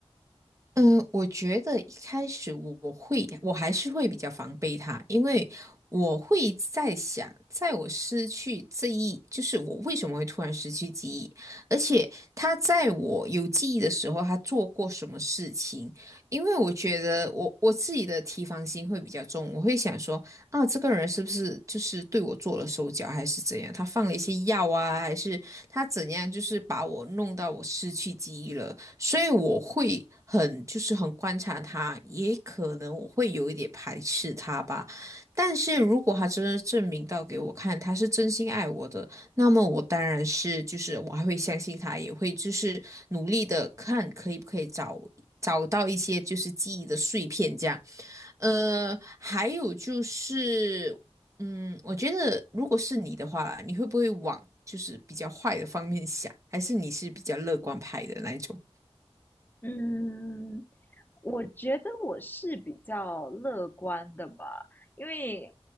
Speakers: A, on the right; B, on the left.
A: 嗯，我觉得一开始我会，我还是会比较防备他，因为我会在想，在我失去这一，就是我为什么会突然失去记忆，而且他在我有记忆的时候，他做过什么事情？因为我觉得我我自己的提防心会比较重，我会想说，啊，这个人是不是就是对我做了手脚，还是怎样？他放了一些药啊，还是他怎样？就是把我弄到我失去记忆了。所以我会很就是很观察他，也可能我会有一点排斥他吧。但是如果他真的证明到给我看他是真心爱我的，那么我当然是就是我还会相信他，也会就是努力的看可以不可以找找到一些就是记忆的碎片这样。呃，还有就是，嗯，我觉得如果是你的话啦你会不会往就是比较坏的方面想，还是你是比较乐观派的那一种？
B: 嗯，我觉得我是比较乐观的吧，因为